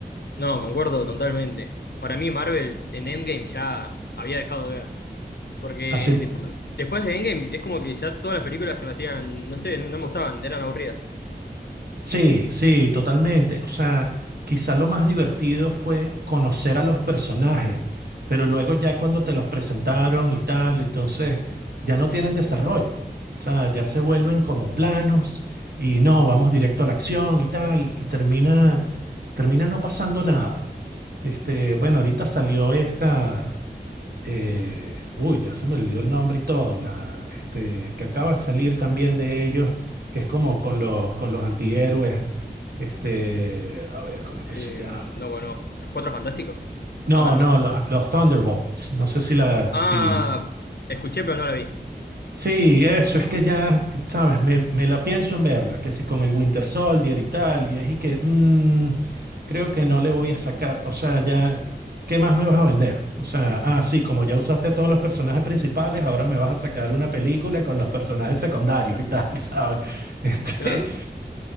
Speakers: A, on the left; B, on the right.
A: No, concuerdo totalmente. Para mí Marvel en Endgame ya había dejado de ver, porque
B: Así,
A: después, después de Endgame es como que ya todas las películas se me hacían, no sé, no me gustaban, eran aburridas.
B: sí, sí, totalmente. O sea, quizá lo más divertido fue conocer a los personajes, pero luego ya cuando te los presentaron y tal, entonces ya no tienen desarrollo. O sea, ya se vuelven como planos y no, vamos directo a la acción y tal, y termina, termina no pasando nada. Este, bueno, ahorita salió esta. eh, uy, ya se me olvidó el nombre y todo, la, este, que acaba de salir también de ellos, que es como con los, con los antihéroes, este, a ver, ¿cómo es
A: Eh,
B: que se llama?
A: no, bueno, Los Cuatro Fantásticos.
B: No,
A: Ah, no.
B: no, los, los Thunderbolts, no sé si la,
A: Ah,
B: si,
A: escuché pero no la vi.
B: Sí, eso, es que ya, sabes, me, me la pienso en verla, que si con el Winter Soldier y tal, y es y que mm, creo que no le voy a sacar, o sea, ya, ¿qué más me vas a vender? O sea, ah, sí, como ya usaste a todos los personajes principales, ahora me vas a sacar una película con los personajes secundarios y tal, ¿sabes? <laughs>
A: Claro.